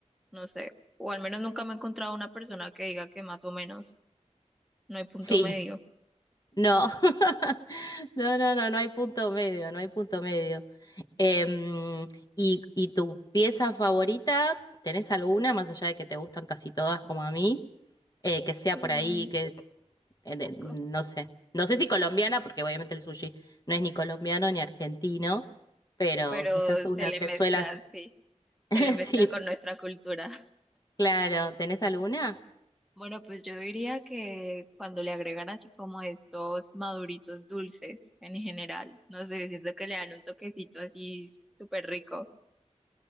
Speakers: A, in the centre; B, on the left (about 30°).
A: no sé. O al menos nunca me he encontrado una persona que diga que más o menos, no hay punto
B: Sí,
A: medio.
B: No, <laughs> no, no, no, no hay punto medio, no hay punto medio. Em, ¿y, y tu pieza favorita? ¿Tenés alguna, más allá de que te gustan casi todas como a mí? Eh, que sea
A: Mm,
B: por ahí, que eh, de-
A: ok.
B: no sé. No sé si colombiana, porque obviamente el sushi no es ni colombiano ni argentino, pero
A: pero
B: quizás una
A: se le
B: que
A: mezcla,
B: suelas.
A: sí,
B: <laughs>
A: se le mezcla
B: Sí,
A: con nuestra cultura.
B: claro. ¿Tenés alguna?
A: Bueno, pues yo diría que cuando le agregan así como estos maduritos dulces en general, no sé, siento que le dan un toquecito así súper rico.